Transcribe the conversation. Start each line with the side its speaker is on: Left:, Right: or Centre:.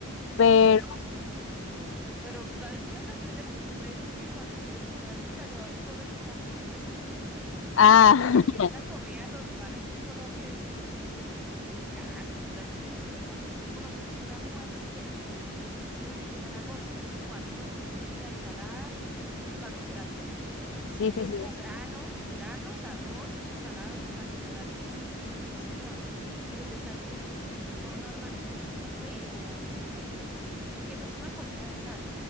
Left: Pero,
Centre: Uy, no, eso suena muy rico. Pero sabes que me sorprende lo que tú me dices que cuando quieres comer saludable comes como comemos aquí.
Left: ah,
Centre: O sea, que
Left: <laughs>
Centre: una comida normal aquí en Colombia, y ya se discutió mucho que pues cada cultura es diferente, ¿no? Aquí por lo menos un almuerzo tiene que que sí o sí llevar arroz. Siempre es como arroz, proteína, ensalada y un carbohidrato. siempre,
Left: sí, sí, sí.
Centre: o granos, granos, arroz, una ensalada y un carbohidrato, o sea, siempre es igual. Y los desayunos son normalmente pues como huevos, eh, siempre es una comida de sal.